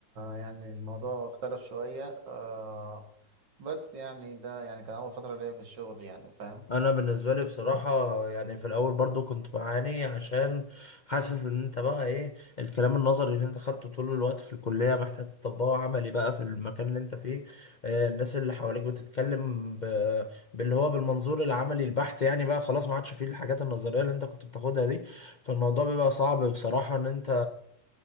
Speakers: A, on the right; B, on the left.
A: يعني الموضوع اختلف شوية آه بس يعني ده يعني كان اول فترة ليا في الشغل يعني فاهم
B: انا بالنسبه لي بصراحه يعني في الاول برضو كنت بعاني عشان حاسس ان انت بقى ايه الكلام النظري اللي انت خدته طول الوقت في الكليه محتاج تطبقه عملي بقى في المكان اللي انت فيه آه، الناس اللي حواليك بتتكلم ب... باللي هو بالمنظور العملي البحت يعني بقى خلاص ما عادش فيه الحاجات النظريه اللي انت كنت بتاخدها دي فالموضوع بيبقى صعب بصراحه ان انت